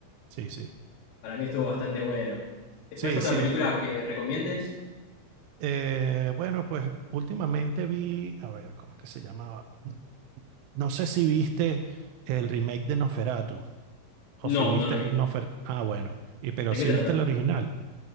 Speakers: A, on the right; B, on the left.
A: sí, sí,
B: Para mí estuvo bastante bueno. Después
A: sí,
B: otra
A: sí.
B: película
A: f-
B: que recomiendes.
A: eh, bueno, pues últimamente vi, a ver, ¿cómo es que se llamaba? No sé si viste el remake de Nosferatu. O
B: No,
A: si viste
B: no lo vi.
A: Nofer, ah, bueno. Y pero
B: ¿De
A: si
B: qué trata?
A: viste el original,